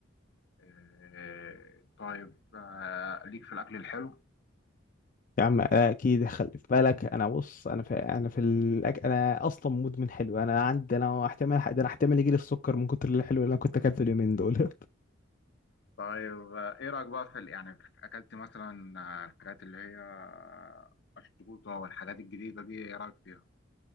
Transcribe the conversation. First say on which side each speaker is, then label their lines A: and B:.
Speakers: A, on the left (about 60°); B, on the left (about 45°).
A: آه، طيب آه، ليك في الأكل الحلو
B: يا عم آه، اكيد خلي في بالك انا بص انا في انا في الأك... انا اصلا مدمن حلو انا عندي انا احتمال ده انا احتمال يجي لي السكر من كتر الحلو اللي انا كنت اكلته اليومين دول <laughs>
A: طيب آه، إيه رأيك بقى في ال- يعني في- أكلت مثلا آه، الحاجات اللي هي آه، الشطوطة والحاجات الجديدة دي إيه رأيك فيها؟